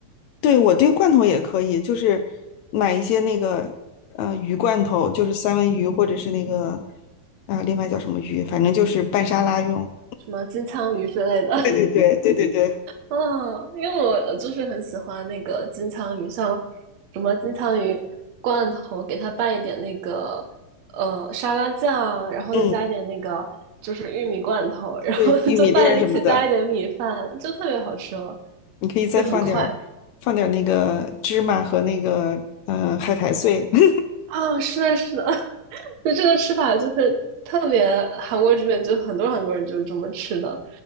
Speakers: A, on the left (about 85°); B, on the right (about 60°).
A: 对，我对罐头也可以，就是买一些那个呃鱼罐头，就是三文鱼或者是那个啊、呃另外叫什么鱼，反正就是拌沙拉用。
B: 什么金枪鱼之类的。<laughs>
A: 对对对对对对，
B: 啊，因为我呃就是很喜欢那个金枪鱼，像什么金枪鱼罐头，给它拌一点那个呃沙拉酱，然后再加一点那个就是玉米罐头，
A: 嗯，
B: 然后
A: 对，
B: <laughs>
A: 玉米粒儿什么的。
B: 就拌一起，加一点米饭，就特别好吃了，
A: 你可以再放点儿放点儿那个芝麻和那个呃海苔碎。
B: 又很快
A: <laughs>
B: 啊！是的，是的，<laughs> 就这个吃法就是特别韩国这边就很多韩国人就是这么吃的，